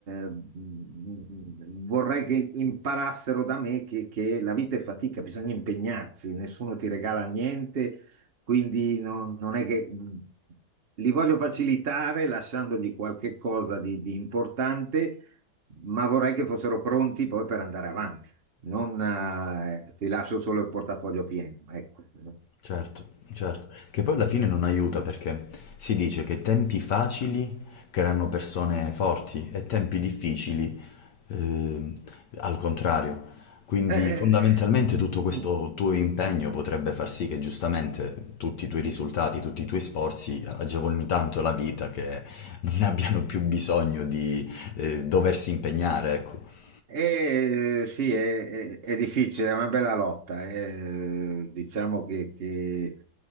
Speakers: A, on the right (about 50°); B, on the left (about 65°).
A: mh, vorrei che imparassero da me che, che la vita è fatica, bisogna impegnarsi, nessuno ti regala niente, quindi non, non è che mh, li voglio facilitare lasciandogli qualche cosa di, di importante, ma vorrei che fossero pronti poi per andare avanti. Non, eh, ti lascio solo il portafoglio pieno, ecco. <laughs>
B: Certo, certo, che poi alla fine non aiuta perché si dice che tempi facili creano persone forti e tempi difficili eh, al contrario. Quindi
A: Eh,
B: fondamentalmente tutto questo
A: mm.
B: tuo impegno potrebbe far sì che giustamente tutti i tuoi risultati, tutti i tuoi sforzi agevolino tanto la vita che non ne abbiano più bisogno di eh, doversi impegnare, ecco.
A: Eh, sì, è, è- è difficile, è una bella lotta. eh. Diciamo che, che